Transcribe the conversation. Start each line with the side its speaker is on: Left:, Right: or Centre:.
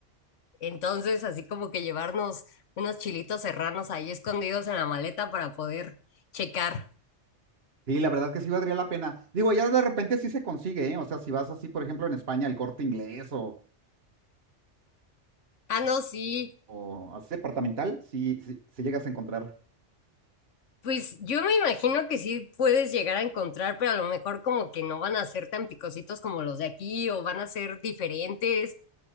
Left: Entonces, así como que llevarnos unos chilitos serranos ahí escondidos en la maleta para poder checar.
Right: Sí, la verdad que sí valdría la pena. Digo, ya de repente sí se consigue, ¿eh? O sea, si vas así, por ejemplo, en España, el Corte Inglés o,
Left: Ah, no, sí.
Right: o así departamental, sí, sí, sí llegas a encontrar
Left: Pues yo me imagino que sí puedes llegar a encontrar, pero a lo mejor como que no van a ser tan picositos como los de aquí o van a ser diferentes.